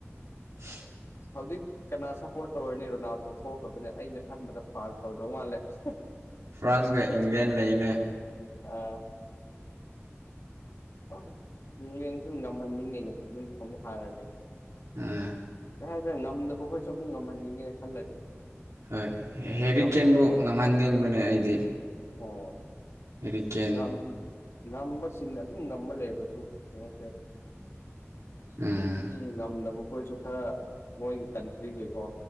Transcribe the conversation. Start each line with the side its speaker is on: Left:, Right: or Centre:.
Right: <unintelligible>
Left: ꯍꯧꯖꯤꯛ ꯀꯅꯥ ꯁꯞꯄꯣꯔꯠ ꯇꯧꯔꯅꯤ ꯔꯣꯅꯥꯜꯗꯣ ꯊꯣꯛꯈ꯭ꯔꯕꯅꯦ ꯑꯩꯅ ꯈꯟꯕꯗ ꯐꯥꯟꯁ ꯇꯧꯗꯧ ꯃꯥꯜꯂꯦ ꯑꯁ
Right: ꯐ꯭ꯔꯥꯟꯁꯒ ꯏꯪꯂꯦꯟ ꯂꯩꯅꯦ
Left: ꯑꯥ ꯎꯝ ꯏꯪꯂꯦꯟꯁꯨ ꯉꯝꯍꯟꯅꯤꯡꯉꯦꯅꯦ ꯑꯗꯨꯝ ꯑꯃꯨꯛ ꯍꯥꯏꯔꯗꯤ
Right: ꯑꯥ
Left: ꯀꯩꯍꯥꯏꯁꯤꯔ ꯉꯝꯗꯕ ꯈꯣꯏꯁꯨ ꯑꯃꯨꯛ ꯉꯝꯍꯟꯅꯤꯡꯉꯦ ꯈꯜꯂꯗꯤ
Right: ꯍꯣꯏ ꯍꯦ ꯍꯦꯔꯤꯀꯦꯟꯕꯨ
Left: ꯉꯝꯕ ꯑꯩꯈꯣꯏ
Right: ꯉꯝꯍꯟꯅꯤꯡꯕꯅꯦ ꯑꯩꯗꯤ
Left: ꯑꯣ
Right: ꯍꯦꯔꯤꯀꯦꯟ
Left: ꯉꯝ ꯉꯝꯕꯁꯤꯡꯅ ꯑꯗꯨꯝ ꯉꯝꯕ ꯂꯩꯕꯁꯨ ꯀꯩꯍꯥꯏꯇꯥꯔꯦ
Right: ꯎꯝ
Left: ꯃꯤ ꯉꯝꯅꯕ ꯈꯣꯏꯁꯨ ꯈꯔ ꯃꯣꯏꯒꯤ ꯀꯟꯇ꯭ꯔꯤꯒꯦꯀꯣ